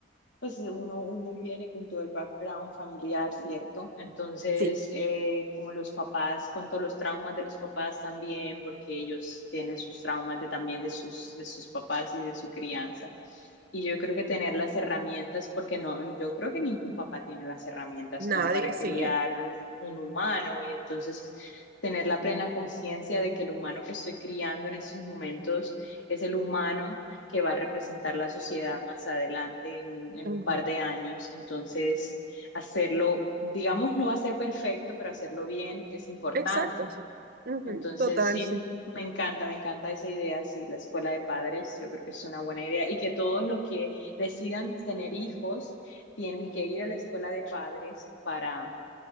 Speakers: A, on the left; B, on the right.
A: pues uno, uno viene con todo el background familiar, ¿cierto? Entonces,
B: Sí,
A: eh, como los papás, con todos los traumas de los papás también, porque ellos tienen sus traumas de, también de sus, de sus papás y de su crianza. Y yo creo que tener las herramientas, porque no, yo creo que ningún papá tiene las herramientas
B: nadie,
A: como para
B: sí.
A: criar un, un humano y entonces tener la plena conciencia de que el humano que estoy criando en esos momentos es el humano que va a representar la sociedad más adelante en un, en
B: Ujú.
A: un par de años. Entonces, hacerlo, digamos, no va a ser perfecto, pero hacerlo bien es importante.
B: Exacto, sí. Ujú,
A: Entonces,
B: Total,
A: sí,
B: sí.
A: me encanta, me encanta esa idea, sí, la escuela de padres, yo creo que es una buena idea y que todos los que decidan tener hijos tienen que ir a la escuela de padres para,